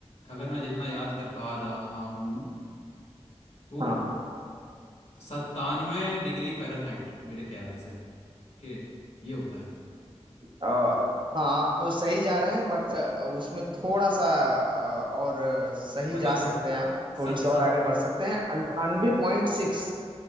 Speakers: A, on the left; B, on the right.
A: अगर मैं जितना याद कर पा रहा हूँ वो
B: हाँ
A: सत्तानवे डिग्री फ़ारेनहाइट मेरे ख्याल से के ये होता है
B: आ, हाँ आप सही जा रहे हैं बट उसमें थोड़ा सा आ, और सही
A: मतलब
B: जा सकते हैं आप
A: सत
B: थोड़ी सी
A: सत,
B: और आगे बढ़ सकते हैं अंठानवे पॉइंट सिक्स